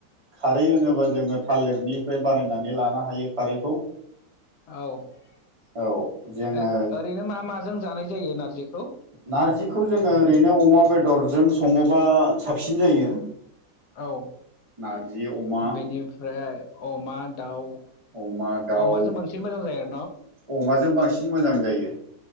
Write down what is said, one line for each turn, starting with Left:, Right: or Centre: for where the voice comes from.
Right: खारै होनोबा जोङो थालिरनिफ्राय बानायनानै लानो हायो खारैखौ
Left: औ ओरै
Right: औ जोङो
Left: ओरैनो मा माजों जानाय जायो नारजिखौ
Right: नारजिखौ जोङो ओरैनो अमा बेदरजों सङोबा साबसिन जायो
Left: औ
Right: नारजि अमा
Left: बेनिफ्राय अमा दाउ
Right: अमा दाउ
Left: अमाजों बांसिन मोजां जायो आर
Right: अमाजों बांसिन मोजां जायो